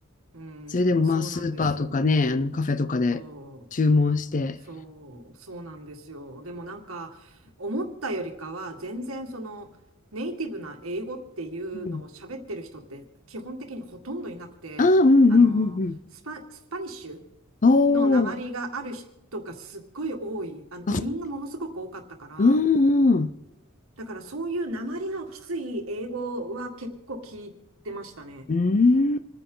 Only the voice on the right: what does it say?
うん。
そうなんですよ。
そう。そう。そうなんですよ。でもなんか、思ったよりかは、全然その、ネイティブな英語っていうのを喋ってる人って基本的にほとんどいなくて、
あの、スパ、スパニッシュ
の訛りがある人がすっごい多い。あの、
移民がものすごく多かったから、
だからそういう訛りのきつい英語は結構聞いてましたね。